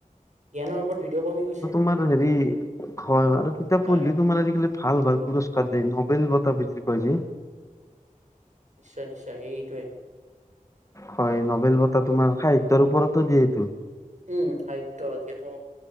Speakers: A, on the right; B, on the left.
A: জ্ঞানৰ ওপৰত ভিডিঅ' কমি গৈছে।
B: <inaudible> তোমাৰ আজিকালি ভাল, ভাল পুৰস্কাৰ
A: হয়
B: দিয়ে ন'বেল বঁটা বৃত্তি কয় যে।
A: নিশ্চয়, নিশ্চয় সেইটোৱে।
B: হয়, ন'বেল বঁটা তোমাৰ
A: উম
B: সাহিত্যৰ
A: উম
B: ওপৰতো দিয়েটো।
A: উম, সাহিত্য এতিয়াটো